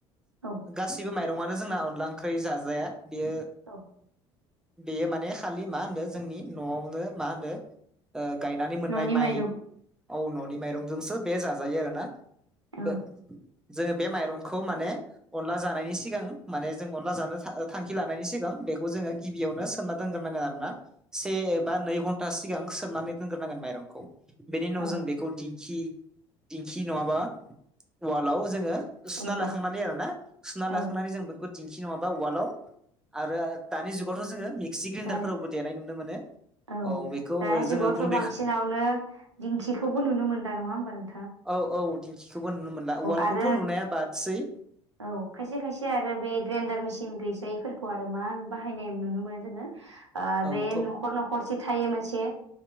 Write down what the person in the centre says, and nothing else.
गासिबो माइरङआानो जोंना अनला ओंख्रि जाजाया बेयो
बेयो माने खालि मा होनदों जोंनि न'आवनो मा होनो गायनानै मोननाय
माइ
औ न'नि माइरंजोंसो बे जाजायो आरो ना।
बे जोङो बे माइरंखौ माने अनला जानायनि सिगां माने जों अनला जानो थांखि लानायनि सिगां बेखौ जोङो गिबियावनो सोनना दोनग्रोनांगोन आरो ना। से एबा नै घन्टा सिगां सोमनानै दोनग्रोनांगोन माइरंखौ बेनि उनाव
जों बेखौ दिंखि दिंखि नङाबा वालाव जोङो
सुना लाखांनानै आरो ना सुना
लाखांनानै जों बे दिंखि नङाबा उवालाव आरो दानि जुगावथ' जोङो मिक्सि ग्रेन्डारफोरावबो
देनाय नुनो मोनो।
बेखौ
जोङो
गुन्दै
औ
औ औ दिंखिखौबो नुनो मोनला ववाल्खौथ'
नुनाया बादसै
औ
थब